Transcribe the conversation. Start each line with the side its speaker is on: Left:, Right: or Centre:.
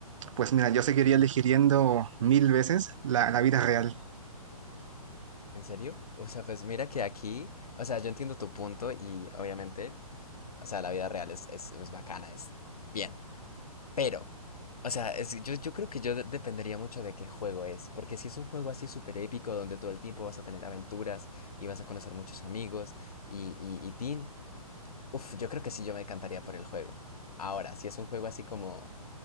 Right: pues mira, yo seguiría eligiendo mil veces la, la vida real.
Left: ¿En serio? O sea, pues mira que aquí, o sea, yo entiendo tu punto y obviamente, o sea, la vida real es, es, es bacana, es bien, pero, o sea, es- yo, yo creo que yo de- dependería mucho de qué juego es, porque si es un juego así súper épico donde todo el tiempo vas a tener aventuras y vas a conocer muchos amigos y, y, y teen, uff, yo creo que sí, yo me encantaría por el juego. Ahora, si es un juego así como...